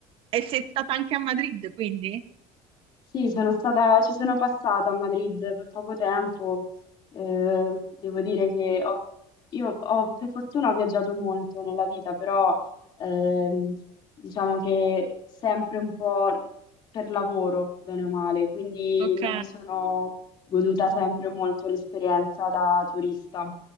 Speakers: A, on the right; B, on the left.
A: E sei stata anche a Madrid, quindi?
B: Sì, sono stata, ci sono passata a Madrid per poco tempo. Eh, devo dire che ho- io ho, per fortuna ho viaggiato molto nella vita, però ehm, diciamo che sempre un po' per lavoro, bene o male, quindi
A: Ok.
B: non mi sono goduta sempre molto l'esperienza da turista,